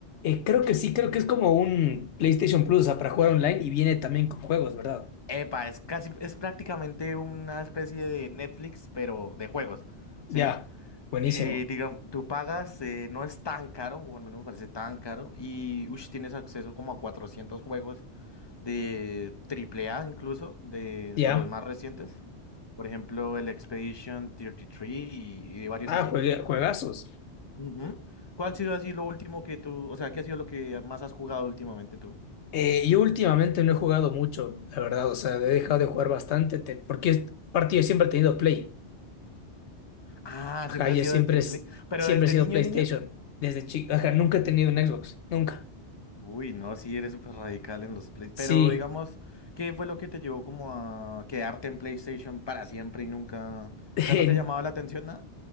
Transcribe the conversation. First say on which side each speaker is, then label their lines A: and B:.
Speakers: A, on the left (about 75°); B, on the left (about 25°).
A: creo que sí, creo que es como un PlayStation Plus, o sea, para jugar online y viene también con juegos, ¿verdad?
B: Epa, es casi, es prácticamente una especie de Netflix, pero de juegos,
A: Ya,
B: ¿sí?
A: buenísimo.
B: Eh, digamos, tú pagas, eh, no es tan caro, o al menos me parece tan caro, y ush, tienes acceso como a 400 juegos de triple A incluso, de,
A: Ya.
B: de los más recientes. Por ejemplo, el Expedition 33 y, tres y y varios
A: Ah,
B: así.
A: juegue- juegazos.
B: Ujú. ¿Cuál ha sido así lo último que tú, o sea, qué ha sido lo que más has jugado últimamente tú?
A: Eh, yo últimamente no he jugado mucho, la verdad, o sea, he dejado de jugar bastante, te- porque es- aparte yo siempre he tenido Play.
B: Ah,
A: Ajá,
B: siempre
A: yo
B: has sido
A: siempre,
B: de Team
A: es-
B: Play, pero
A: siempre
B: desde
A: he sido
B: niño,
A: PlayStation,
B: niño.
A: desde chico. Ajá, nunca he tenido un Xbox, nunca.
B: Uy, no, sí, eres súper radical en los Play. Pero
A: Sí,
B: digamos, ¿qué fue lo que te llevó como a quedarte en PlayStation para siempre y nunca?
A: <laughs>
B: O sea,
A: eh,
B: ¿no te llamaba la atención nada?